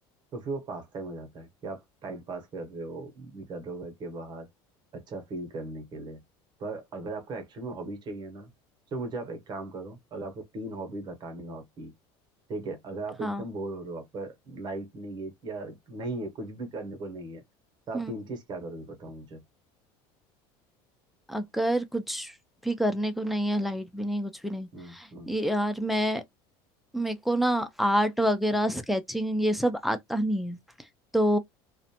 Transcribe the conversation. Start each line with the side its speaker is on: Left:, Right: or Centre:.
Right: तो फिर वो पास टाइम हो जाता है कि आप टाइम पास कर रहे हो निकल रहे हो घर के बाहर अच्छा फील करने के लिए पर अगर आपको एक्चुअली में हॉबी चाहिए ना तो मुझे आप एक काम करो अगर आपको तीन हॉबी बतानी हो आपकी ठीक है अगर आप
Centre: हाँ
Right: एकदम बोर हो रहे हो आपका लाइट नहीं है या नहीं है कुछ भी करने को नहीं है तो आप
Centre: हम्म
Right: तीन चीज क्या करोगे बताओ मुझे
Centre: अगर कुछ भी करने को नहीं है लाइट भी नहीं कुछ भी नहीं
Right: हम्म हम्म
Centre: ये यार मैं मेरे को ना आर्ट वगैरह स्केचिंग ये सब आता नहीं है तो